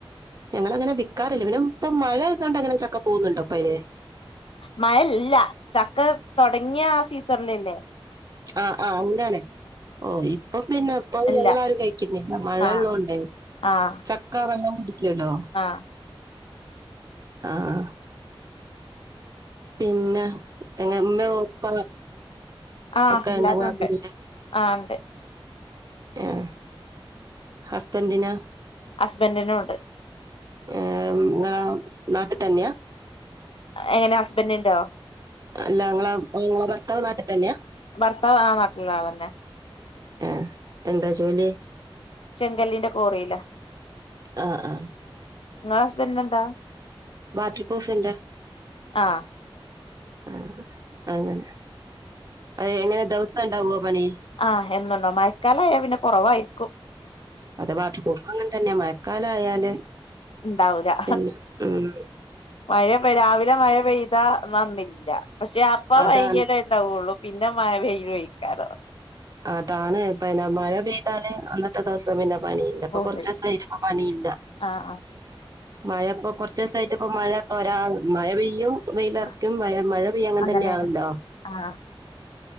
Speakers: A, on the right (about 40°); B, on the left (about 75°).
A: ഞങ്ങള് അങ്ങനെ വിക്കാറില്ല. പിന്നെ ഇപ്പോം മഴയാത് കൊണ്ട് അങ്ങനെ ചക്ക പോഉന്നുണ്ടോപ്പയ്ന്?
B: മഴല്ല. ചക്ക തൊടങ്ങിയ ആ സീസൺല്ല്ലേ
A: ആഹ് ആ അങ്ങനെ ഓ ഇപ്പൊ പിന്നെ ഇപ്പൊ
B: ഇല്ല
A: ഞങ്ങളാരും കഴിക്കുന്നില്ല. മഴള്ളോണ്ട്
B: ആഹ് ആഹ്
A: ചക്ക വെള്ളം ക്യുണ്ടോ
B: ആഹ്
A: ആ ആ പിന്നെഎങ്ങെ ഉമ്മെ ഉപ്പ
B: ആഹ്
A: ഒക്കെ
B: എല്ലാരും
A: ണ്ടങ്ങ
B: ഉണ്ട്
A: പിന്നെ
B: ആഹ് ഉണ്ട്
A: ഏ ഹസ്ബൻഡിന്
B: ഹസ്ബൻറിനൂണ്ട്
A: ഏ ങ്ളാ നാട്ട് തന്നെയാ?
B: എങ്ങനെ ഹസ്ബറ്റിൻഡോ?
A: അല്ല ങ്ങളാഹ് ങ്ങള ഭർത്താവ് നാട്ടി തന്നെയാ?
B: ഭർത്താവ് ആ നാട്ടില്ള്ള ആളെന്നെ.
A: ആഹ് എന്താ ജോലി?
B: ചെങ്കല്ലിന്റെ കോറിയില.
A: ആഹ് ആഹ്
B: നിങ്ങളെ ഹസ്ബാൻഡിന് എന്താ?
A: വാട്ടർപ്രൂഫിൻ്റെ
B: ആഹ്
A: ആ അങ്ങനെ. അത് എങ്ങനെ ദിവസം ഉണ്ടാവുവോ പണി?
B: ആഹ് എന്നുണ്ടാഉം. മയക്കാലയാ പിന്നെ കൊറവായിരിക്കും.
A: അതെ വാട്ടർപൂഫും അങ്ങെൻ തന്നെയ മഴക്കാലായാല്
B: ണ്ടാവുലാ
A: പിന്നെ ഉം
B: മഴ രാവിലെ മഴ പെയ്താ ന്നാന്നില്ല. പക്ഷെ അപ്പ
A: അതാണ്
B: വൈക്യലേ ണ്ടാവുള്ളൂ പിന്നെ മഴപെയ്യൊയ്ക്കാരോ
A: അതാണ് പന്നെ മഴ പെയ്താല് അന്നത്തെ ദിവസം പിന്നെ പണിയില്ല. ഇപ്പ
B: പോയി
A: കൊർച്ചോസായിട്ട് പ്പ പണിയില്ല.
B: ആഹ് ആഹ്
A: മഴ പ്പോ കൊർച്ചീസായിട്ട് ഇപ്പ മഴ തൊരാ മഴ പെയ്യും വെയിലർക്കും
B: ആഹ്
A: വയ മഴ പെയ്യ അങ്ങൻ
B: അങ്ങനെയാണ്
A: തന്നെയാണല്ലോ
B: ആഹ്